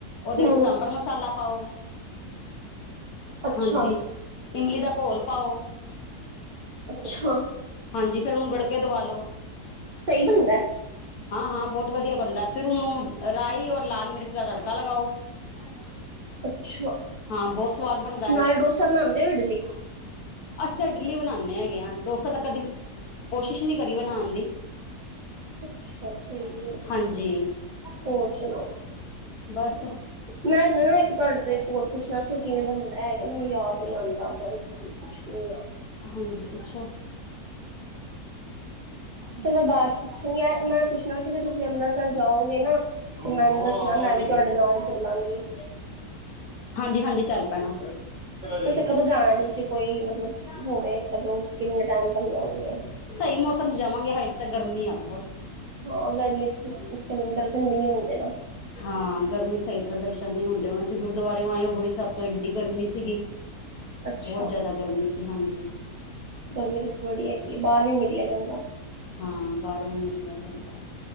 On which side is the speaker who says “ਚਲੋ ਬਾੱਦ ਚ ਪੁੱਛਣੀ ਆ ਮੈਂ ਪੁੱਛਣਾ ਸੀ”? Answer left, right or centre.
Right